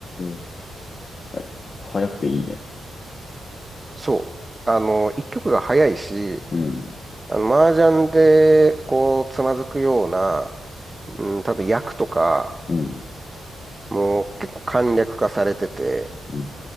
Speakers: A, on the left; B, on the right.
A: えはい早くていいね。
B: そう。あの、1局が早いし、
A: うん、
B: あの、麻雀で、こう、つまずくような、うん、多分役とか、
A: うん、
B: もう結構簡略化されてて、
A: うん。